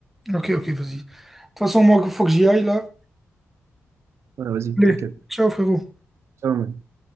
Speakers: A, in the centre; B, on the right.
A: Ok, ok, vas-y. De toute façon, moi, il faut que j'y aille, là.
B: Ouais, vas-y,
A: Allez,
B: t'inquiète.
A: ciao, frérot.
B: Ça va, mec.